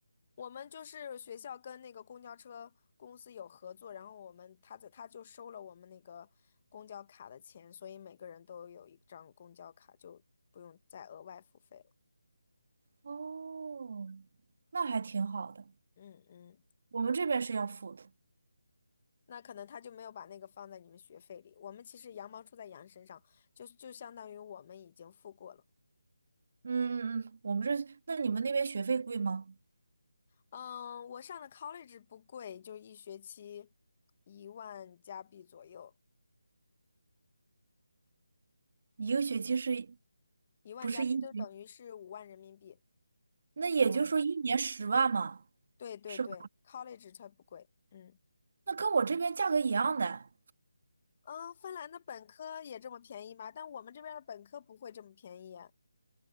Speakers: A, on the left (about 30°); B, on the right (about 50°).
A: 我们就是学校跟那个公交车公司有合作，然后我们他在他就收了我们那个公交卡的钱，所以每个人都有一张公交卡，就不用再额外付费了。
B: 哦，那还挺好的。
A: 嗯嗯。
B: 我们这边是要付的。
A: 那可能他就没有把那个放在你们学费里。我们其实羊毛出在羊身上，就就相当于我们已经付过了。
B: 嗯嗯嗯，我们这，那你们那边学费贵吗？
A: 嗯，我上的 college 不贵，就一学期一万加币左右，
B: 一个学期是，
A: 一万加币就等于是五万人民币，
B: 不是一学那也就是说一年十万嘛，
A: 五万。对对对，college
B: 是吧？
A: 它不贵。嗯
B: 那跟我这边价格一样的。
A: 嗯，芬兰的本科也这么便宜吗？但我们这边的本科不会这么便宜啊